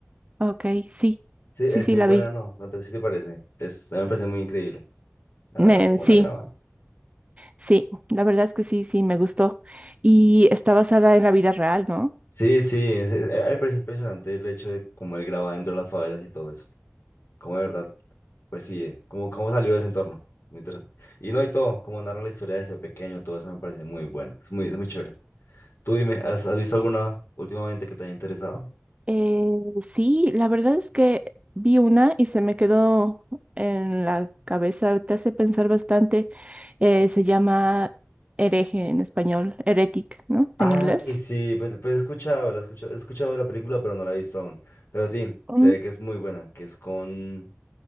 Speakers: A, on the right (about 30°); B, on the left (about 70°).
A: Ok, sí.
B: sí, es
A: Sí, sí,
B: muy
A: la
B: buena,
A: vi.
B: ¿no? No te, sí te parece, es, a mí me parece muy increíble, la
A: Me-
B: verdad, cómo
A: sí,
B: la graban.
A: sí. La verdad es que sí, sí, me gustó. Y está basada en la vida real, ¿no?
B: Sí, sí, es- es- a mí me parece impresionante el hecho de cómo él graba dentro de las favelas y todo eso, como de verdad Pues sí, eh, cómo, cómo salió de ese entorno. Muy interesante. Y no, y todo, cómo narran la historia de ese pequeño, todo eso me parece muy bueno. Es muy, es muy chévere. Tú dime, ¿has, has visto alguna últimamente que te haya interesado?
A: Eh, sí, la verdad es que vi una y se me quedó en la cabeza, te hace pensar bastante. Eh, se llama hereje en español, heretic, ¿no?
B: Ay,
A: En inglés.
B: sí, pues, pues he escuchado, la he escuchado, he escuchado de la película, pero no la he visto aún. Pero sí, se
A: Mm,
B: ve que es muy buena, que es con,